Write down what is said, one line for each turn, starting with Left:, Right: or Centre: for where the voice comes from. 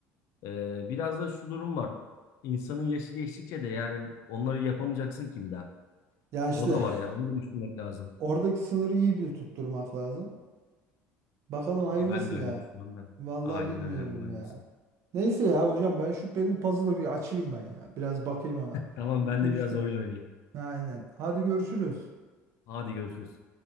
Left: E, biraz da şu durum var. İnsanın yaşı geçtikçe de yani onları yapamayacaksın ki bir daha.
Right: Ya işte
Left: O da var ya onu da düşünmek lazım.
Right: <laughs> oradaki sınırı iyi bir tutturmak lazım. Bakalım
Left: Valla
Right: hayırlısı
Left: ben de
Right: ya.
Left: öyle düşünüyorum da.
Right: Vallahi
Left: Aynen
Right: bilmiyorum
Left: öyle abi hayırlısı.
Right: ya. Neyse ya hocam ben şu benim puzzle'ı bir açayım ben ya. Biraz bakayım ona.
Left: Tamam
Right: 2
Left: ben de
Right: üç.
Left: biraz oyun oynayayım.
Right: aynen. Hadi görüşürüz.
Left: Hadi görüşürüz.